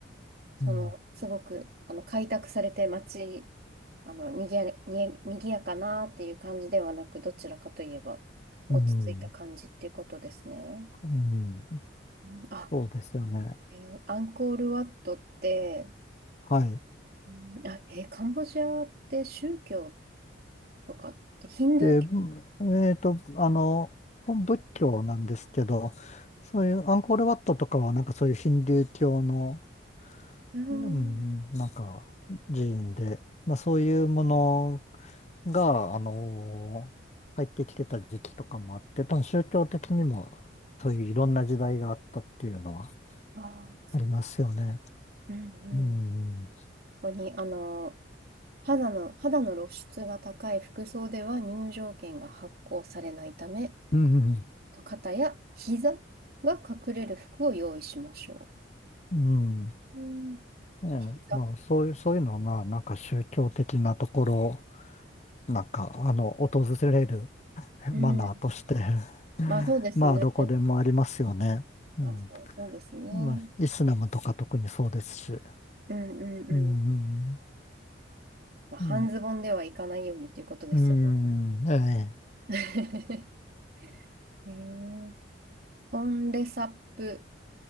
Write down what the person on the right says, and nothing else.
その、
すごく、あの、開拓されて街、あの、にぎや、に、にぎやかなっていう感じではなく、どちらかといえば、落ち着いた感じっていうことですね。
うんあ、
えーアンコールワットって、
うんあ、えーカンボジアって宗教とかってヒンドゥー教
あ
ーあー、
そう。うんうん。
ここに、あの、肌の、肌の露出が高い服装では入場券が発行されないため、
と肩や膝が隠れる服を用意しましょ
う。うん。
膝。
うん。
まあそうですね。
まあそう、そうですね。
うんうんうん。
まあ、半ズボンではいかないようにということですよね。
<laughs> えー、トンレサップ、